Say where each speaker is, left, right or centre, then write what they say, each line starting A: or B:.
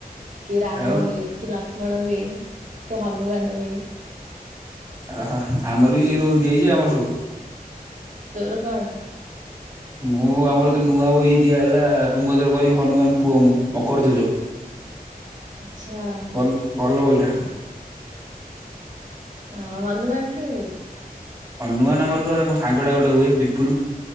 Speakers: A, on the right; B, on the right.
A: କିଏ ରାମ
B: ଆଉ
A: ହୁଏ କି ଲକ୍ଷ୍ ଲୁକ୍ଷ୍ମଣ ହୁଏ କି ହନୁମାନ ହୁଏ।
B: ଓହୋ ଆମର ବି ସେ ରୋଲ ଦିଆଯାଇଛି ଆମର ସବୁ।
A: ତୋର କଣ?
B: ମୁଁ ଆମର ତ ନୂଆ ବହି ଦିଆହେଲା ମୁଁ ଏଥର କରିବି ହନୁମାନ ପୁଅ ମୁଁ ମକର ଧ୍ୱଜ ।
A: ଆଚ୍ଛା
B: ଭଲ ଭଲ ବହିଟା।
A: ହ ହନୁମାନ କିଏ ହଉଛି?
B: ହନୁମାନ ଆମର ମୋ ସାଙ୍ଗଟା ଗୋଟେ ହୁଏ ବିପୁଲ।